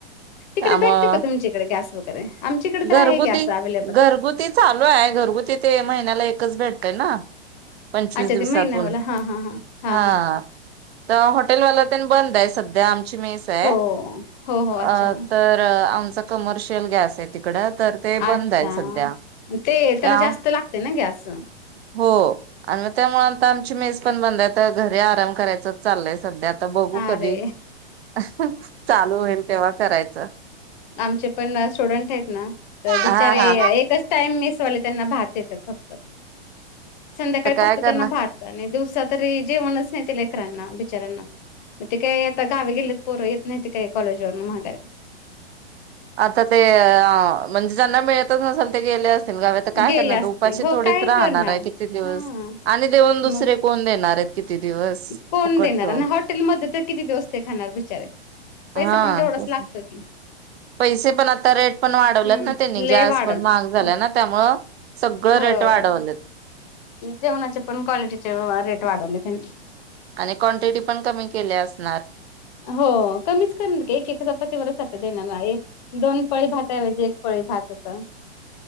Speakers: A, on the left (about 45°); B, on the right (about 70°).
A: तिकडे
B: त्यामुळं
A: भेटते का तुमच्याकडे गॅस वगैरे आमच्या इकडे तर
B: घरगुती
A: आहे गॅस अव्हेलेबल.
B: घरगुती चालू आहे घरगुती ते महिन्याला एकचं भेटतंय ना. पंचवीस
A: अच्छा
B: दिवसातून
A: ते महिनावाला हां, हां, हां, हां,
B: हा.
A: हां.
B: तर हॉटेलवाला तेन बंद आहे सध्या आमची मेसय
A: हो, हो, हो.
B: अ
A: अच्छा,
B: तर आमचं कमर्शियल गॅस आहे तिकडं तर ते
A: अच्छा
B: बंद आहे
A: अन्
B: सध्या.
A: ते त्याला
B: त्या
A: जास्त लागते ना गॅस?
B: हो आणि मग त्यामुळं आता आमची मेस पण बंद आहे तर घरी आराम करायचं चाललंय सध्या. आता बघू कधी
A: अरे
B: चालू होईल तेव्हा करायचं.
A: आमचे पण स्टुडंट आहेत ना, तर बिचारे
B: हा हा.
A: एकचं टाईम मेसवाले त्यांना भात देतात फक्त. संध्याकाळी
B: आता काय
A: फक्त
B: करणार
A: त्यांना भात आणि दिवसा तरी जेवणचं नाही ते लेकरांना बिचऱ्यांना. मग ते काय आता गावी गेलेत पोरं येत नाही ते काही कॉलेज वरून माघार
B: आता ते अ म्हणजे ज्यांना मिळतचं नसेल ते गेले अस ते काय
A: गेले
B: करणार
A: असतील
B: आता उपाशी
A: हो
B: थोडीचं
A: काय
B: राहणारे
A: करणार
B: आहे किती दिवस?
A: हा
B: आणि देऊन दुसरे
A: मग
B: कोण देणारेत? किती दिवस?
A: कोण
B: फुकटच.
A: देणार? आणि हॉटेलमध्ये तर किती दिवस ते खाणार बिचारे? पैसा
B: हा
A: पण तेवढंच
B: तेच
A: लागत
B: ना
A: की?
B: पैसे पण आता रेट पण वाढवलेत
A: हम्म
B: ना त्यांनी
A: लय
B: गॅस
A: वाढवलं.
B: पण महाग झाला
A: हो
B: ना त्यामुळं. सगळं
A: हो
B: रेट वाढवलेत.
A: जेवणाचे पण क्वालिटीचे रेट वाढवले त्यांनी.
B: आणि क्वांटिटी पण कमी केली असणार?
A: हो कमीच करणार, एकेक चपातीवरच आता देणाराय, दोन पळी भाताऐवजी एक पळी भात आता